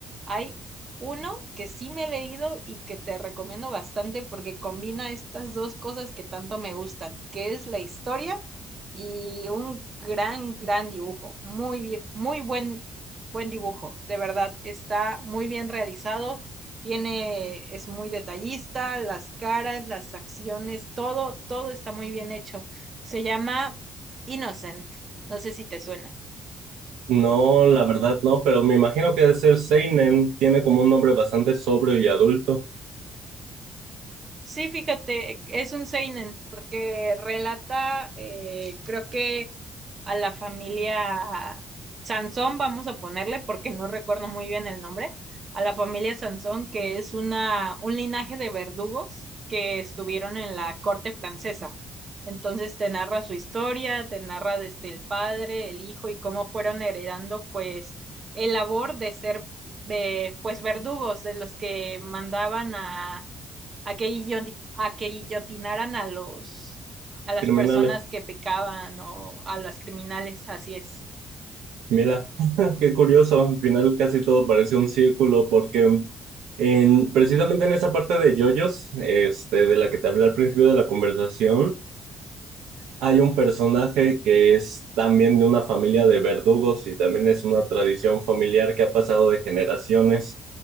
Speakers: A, on the right; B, on the right.
A: hay uno que sí me he leído y que te recomiendo bastante porque combina estas dos cosas que tanto me gustan, que es la historia y un gran, gran dibujo. Muy bien, muy buen, buen dibujo, de verdad. Está muy bien realizado, tiene, es muy detallista, las caras, las acciones, todo, todo está muy bien hecho. Se llama Innocent. No sé si te suena.
B: No, la verdad no, pero me imagino que debe ser seinen, tiene como un nombre bastante sobrio y adulto,
A: Sí, fíjate, es un seinen, porque relata, eh, creo que a la familia Sansón, vamos a ponerle, porque no recuerdo muy bien el nombre, a la familia Sansón, que es una, un linaje de verdugos que estuvieron en la corte francesa. Entonces te narra su historia, te narra desde el padre, el hijo y cómo fueron heredando pues el labor de ser eh, pues verdugos de los que mandaban a a que, guillon- a que guillotinaran a los, a las
B: criminales.
A: personas que pecaban o a las criminales, así es.
B: Mira, <laughs> qué curioso, al final casi todo parece un círculo porque en, precisamente en esa parte de JoJo's, este, de la que te hablé al principio de la conversación, hay un personaje que es también de una familia de verdugos y también es una tradición familiar que ha pasado de generaciones,